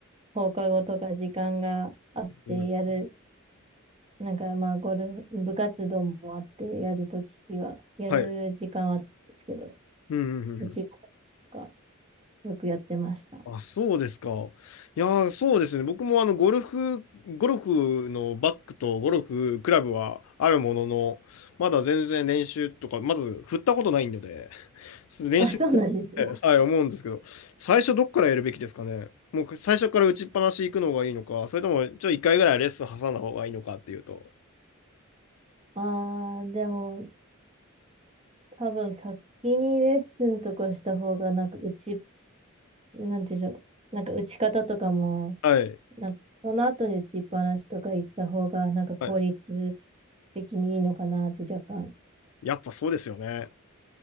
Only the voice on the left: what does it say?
うん。
はい。うん、うん、うんうん。
あ、
そうですか。いやー、そうですね。僕もあの、ゴルフ、ゴルフのバッグとゴルフクラブはあるものの、まだ全然練習とか、まず振ったことないので、練習しなく
て、はい、思うんですけど、最初どっからやるべきですかね。もう最初から打ちっぱなし行くのがいいのか、それともちょっと一回ぐらいレッスン挟んだ方がいいのかっていうと。
はい。
はい。
やっぱそうですよね。